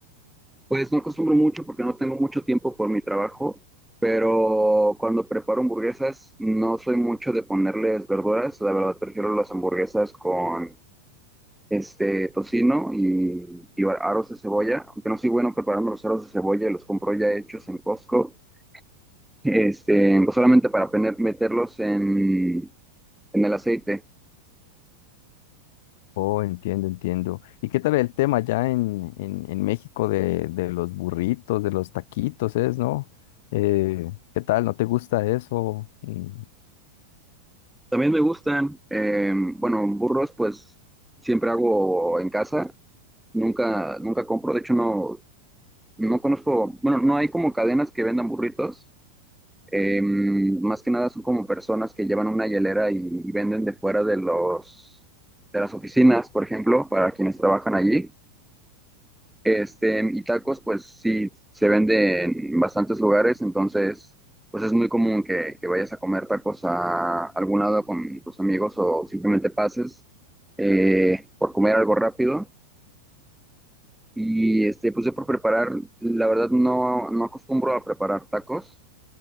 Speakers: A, in the centre; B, on the left.
A: Pues no acostumbro mucho porque no tengo mucho tiempo por mi trabajo, pero cuando preparo hamburguesas no soy mucho de ponerles verduras. La verdad prefiero las hamburguesas con este, tocino y, y aros de cebolla, aunque no soy bueno preparando los aros de cebolla, los compro ya hechos en Costco, este, pues solamente para pener- meterlos en, en el aceite.
B: Oh, entiendo, entiendo. ¿Y qué tal el tema ya en, en, en México de, de los burritos, de los taquitos, es, ¿no? Eh, ¿qué tal? ¿No te gusta eso? Mm,
A: También me gustan, eh, bueno, burros pues siempre hago en casa, nunca, nunca compro, de hecho no, no conozco, bueno, no hay como cadenas que vendan burritos, Eh, más que nada son como personas que llevan una hielera y, y venden de fuera de los de las oficinas, por ejemplo, para quienes trabajan allí. Este, y tacos, pues sí, se vende en bastantes lugares, entonces, pues es muy común que, que vayas a comer tacos a algún lado con tus amigos o simplemente pases eh, por comer algo rápido. Y este, pues yo por preparar, la verdad no, no acostumbro a preparar tacos.